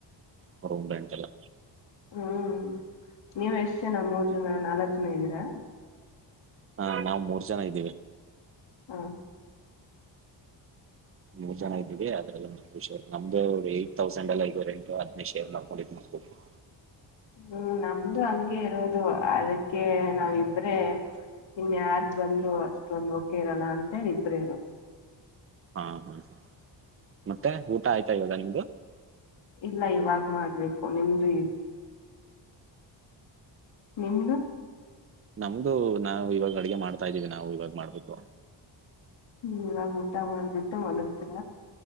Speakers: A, on the right; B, on the left.
A: ಹ್ಮ ರೂಮ್ ರೆಂಟ್ ಎಲ್ಲ
B: ಹ್ಮ್ ನೀವ್ ಎಷ್ಟ್ ಜನ ಮೂರ್ ಜನ ನಾಲ್ಕ್ ಜನ ಇದ್ದೀರಾ
A: ಹಾ ನಾವ್ ಮೂರ್ ಜ ಜನ ಇದಿವಿ
B: ಹ
A: ಮೂರ್ ಜನ ಇದ್ದೀವಿ ಅದ್ರಲ್ <unintelligible> ನಮ್ದು ಅವ್ರೆ ತೌಸಂಡ್ ಎಲ್ಲ ಇದು ರೆಂಟು <unintelligible> ಎನ್ ಮಾಡ್ಕೊಂಡು <unintelligible>
B: ಹ್ಮ್ ನಮ್ದು ಹಂಗೆ ಇರೋದು ಅದಕ್ಕೆ ನಾವಿಬ್ರೇ ಇನ್ಯಾರ್ ಬಂದು ಅಷ್ಟೊಂದು ಓಕೆ ಇರಲ್ಲ ಅಂತೇಳಿ ಇಬ್ರೇ ಇರೋದು
A: ಹಾ ಹ್ಮ್ ಮತ್ತೆ ಊಟ ಆಯ್ತಾ ಇವಾಗ ನಿಮ್ದು
B: ಇಲ್ಲ ಇವಾಗ್ ಮಾಡ್ಬೇಕು ನಿಮ್ದು ಇ ನಿಮ್ದು
A: ನಮ್ದು ನಾವು ಇವಾಗ ಅಡಿಗೆ ಮಾಡ್ತಾ ಇದ್ದೀವಿ ನಾವು ಇವಾಗಗ್ ಮಾಡ್ಬೇಕು
B: ಹ್ಮ ಇವಾಗ್ ಊಟ ಮಾಡ್ಬಿಟ್ಟು ಮಲಗ್ತೀರ?